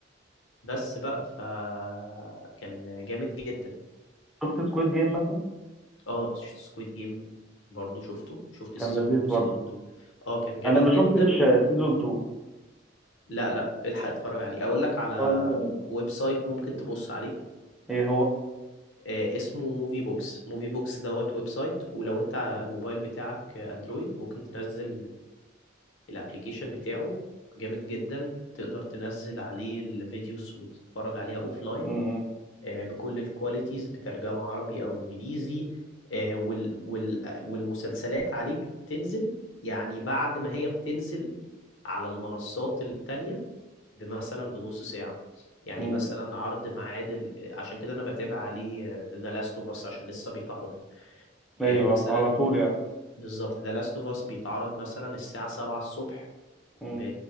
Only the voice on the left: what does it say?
بس بقى فكان جامد جدا
اه سكويد جيم برضو شفته شفت
سيزون
1
وسيزون 2 اه كان جميل
جدا
لا لا الحق اتفرج عليه اقول لك على
ويب سايت ممكن تبص عليه
آه، اسمه موفي بوكس موفي بوكس دوت ويب سايت ولو انت الموبايل بتاعك اندرويد ممكن تنزل الابليكيشن بتاعه جامد جدا تقدر تنزل عليه الفيديوز وتتفرج عليها اوفلاين
بكل الكواليتيز بترجمة عربي او انجليزي آه، وال وال والمسلسلات عليه بتنزل يعني بعد ما هي بتنزل على المنصات التانية مثلا بنص ساعة يعني
مثلا عرض معادل عشان كده انا بتابع عليه ذا لاست اوف اس عشان لسه بيتعرض
آه، مثلا
بالظبط ذا لاست اوف اس بيتعرض مثلا الساعة 7 الصبح
ب...